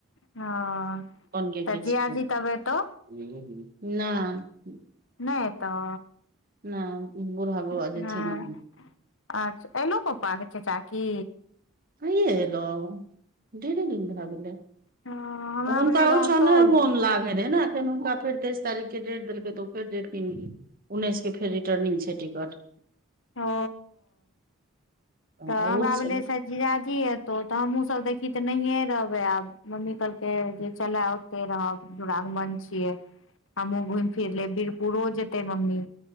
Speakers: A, on the left; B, on the right.
A: हँ
B: <inaudible>
A: तऽ जियाजी तब एतौ नहि तऽ
B: नहि बूढ़ा बौआ
A: हँ
B: जेथिन
A: अच्छा एलो पप्पाके चाचा की
B: हइए एलहु डेढ़े दिन भगेलय
A: ह हमरा
B: हन
A: भेलै
B: तऽ
A: रहतौल
B: ओ छ ने मोन लागै रहै ने हुनका फेर तेइस तारीख के देट देलकै तऽ ओ फेर जेथिन उन्नैस के फेर रिटर्निंग छै टिकट
A: ओ तऽ
B: ओहो
A: हमरा
B: सब
A: भेले शायद जीजा जी एेतौ तऽ हमूँ सब देखी तऽ नहिे रहबे आब मम्मी कहलक जे चल ओते रहब दुरागमन छियै हमू घुमि फिरले बीरपुरो जे एते मम्मी